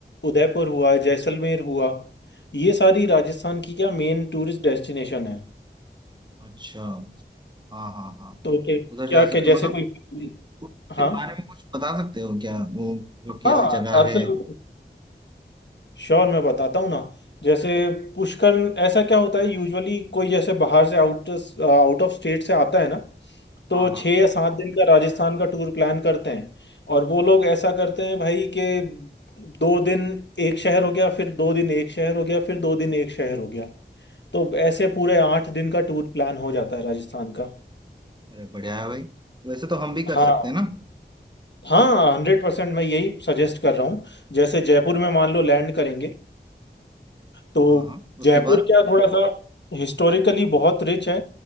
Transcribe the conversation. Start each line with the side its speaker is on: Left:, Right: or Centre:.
Left: उदयपुर हुआ जैसलमेर हुआ ये सारी राजस्थान की क्या मेन टूरिस्ट डेस्टिनेशन है
Right: अच्छा हाँ हाँ हाँ
Left: तो क्या
Right: उधर
Left: क्या
Right: जा
Left: क्या-
Right: सकते
Left: जैसे
Right: हैं मतलब
Left: कोई
Right: उसके
Left: हाँ
Right: बारे में कुछ बता सकते हो क्या वो मतलब कैसी
Left: हाँ
Right: जगह
Left: एब्सोल्युट
Right: है
Left: श्योर मैं बताता हूँ ना जैसे पुष्कर ऐसा क्या होता है यूजुअली कोई जैसे बाहर से आउट आउट ऑफ स्टेट से आता है ना तो
Right: हाँ हाँ
Left: छः या सात दिन का राजस्थान का टूर प्लान करते हैं और वो लोग ऐसा करते हैं भाई कि दो दिन एक शहर हो गया फिर दो दिन एक शहर हो गया फिर दो दिन एक शहर हो गया तो ऐसे पूरे आठ दिन का टूर प्लान हो जाता है राजस्थान का
Right: अरे बढ़िया है भाई वैसे तो हम भी कर
Left: हाँ
Right: सकते हैं ना
Left: हाँ हंड्रेड परसेंट मैं यही सजेस्ट कर रहा हूँ जैसे जयपुर में मान लो लैंड करेंगे तो
Right: हाँ हाँ
Left: जयपुर
Right: उसके बाद
Left: क्या थोड़ा सा हिस्टोरिकली बहुत रिच है